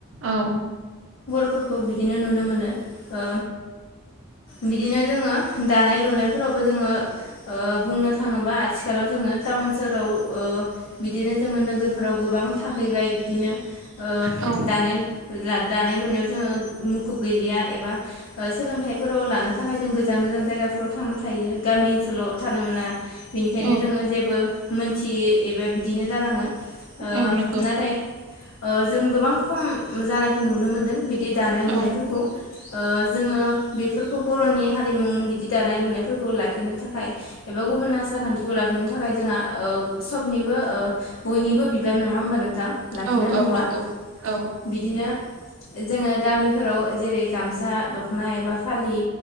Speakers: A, on the right; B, on the left.
A: औ।
B: फोरखौ बिदिनो नुनो मोनो ओ। बिदिनो जोङो दानाय लुनायफोरावबो जोङो ओ बुंनो थाङोबा आथिखालाव जो जोङो टाउन सोहोराव ओ बिदिनो। जोङो नोगोरफोराव गोबां थाहैबाय बिदिनो ओ
A: औ
B: दानाय। ला दानाय लुनायाव जोङो मुखुब गैलिया एबा सोलोंथाइफोराव लानो थाखाय जों गोजान गोजान जायगाफोराव थांनो थायो गामि ओनसोलाव थानो मोना बिनिखायनो
A: औ
B: जोङो जेबो मोनथि दि एबा बिदिनो जोनाङो ओ
A: औ नंगौ
B: नाथाय। ओ जों गोबां खम जानायखौ नुनो मोनदों बिदि दानाय
A: औ
B: लुनायफोरखौ। ओ जोङो बेफोरखौ बर'नि हारिमु बिदि दानाय लुनायफोरखौ लाखिनो थाखाय एबा। गुबुन आसार खान्थिखौ लाखिनो थाखाय जोंहा ओ सबनिबो ओ। बयनिबो बिबार नङा होमबा नोंथां लाखिनांगौआ
A: औ औ नंगौ औ
B: बिदिनो। जोङो गामिफोराव जेरै गामसा दख'ना एबा फालि